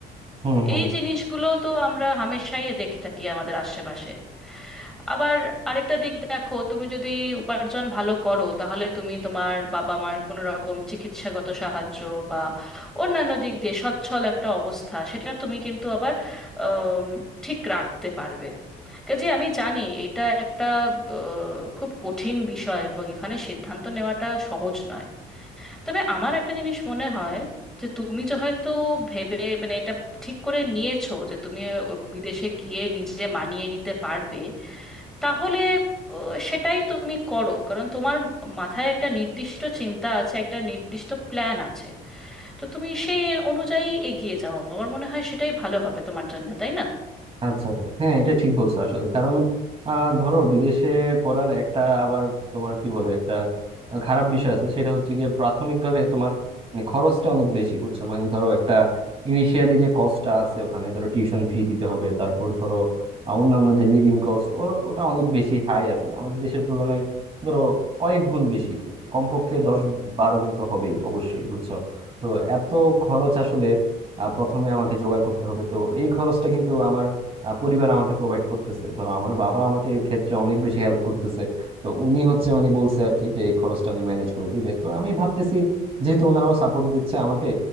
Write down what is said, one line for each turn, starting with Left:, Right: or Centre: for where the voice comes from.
Right: হুম হুম।
Centre: এই জিনিসগুলো তো আমরা হামেশাই দেখে থাকি আমাদের আশেপাশে আবার আরেকটা দিক দেখো তুমি যদি উপার্জন ভালো করো তাহলে তুমি তোমার বাবা মার কোনো রকম চিকিৎসাগত সাহায্য বা অন্যান্য দিক দিয়ে সচ্ছল একটা অবস্থা সেটা তুমি কিন্তু আবার আম, ঠিক রাখতে পারবে কাজে আমি জানি এটা একটা আহ, খুব কঠিন বিষয় এবং এখানে সিদ্ধান্ত নেওয়াটা সহজ নয় তবে আমার একটা জিনিস মনে হয় যে তুমি যে হয়তো ভেবে মানে এটা ঠিক করে নিয়েছো যে তুমি ও বিদেশে গিয়ে নিজে মানিয়ে নিতে পারবে তাহলে আহ, সেটাই তুমি করো কারণ তোমার মাথায় একটা নির্দিষ্ট চিন্তা আছে একটা নির্দিষ্ট প্ল্যান আছে তো তুমি সেই এর অনুযায়ী এগিয়ে যাও আমার মনে হয় সেটাই ভালো হবে তোমার জন্য তাই না
Right: আচ্ছা আচ্ছা হ্যাঁ এটা ঠিক বলছো আসলে কারণ আহ, ধরো বিদেশে পড়ার একটা আবার তোমার কি বলে একটা খারাপ বিষয় আছে সেটা হচ্ছে গিয়ে প্রাথমিকভাবে তোমার মানে খরচটা অনেক বেশি বুঝছো মানে ধরো একটা ইনিশিয়ালি যে কস্টটা আছে ওখানে ধরো টিউশন ফি দিতে হবে তারপর ধরো আহ, অন্যান্য যে লিভিং কস্ট ওটা অনেক বেশি হাই আসলে আমাদের দেশের তুলনায় ধরো কয়েক গুণ বেশি কমপক্ষে দশ বারো গুণ তো হবেই অবশ্যই বুঝছো তো এত খরচ আসলে আহ, প্রথমে আমাকে জোগাড় করতে হবে তো এই খরচটা কিন্তু আমার আহ, পরিবার আমাকে প্রোভাইড করতেছে ধরো আমার বাবা আমাকে এই ক্ষেত্রে অনেক বেশি হেল্প করতেছে তো উনি হচ্ছে মানে বলছে আর কি যে এই খরচটা উনি ম্যানেজ করে দিবে তো আমি ভাবতেছি যেহেতু ওনারাও সাপোর্ট দিচ্ছে আমাকে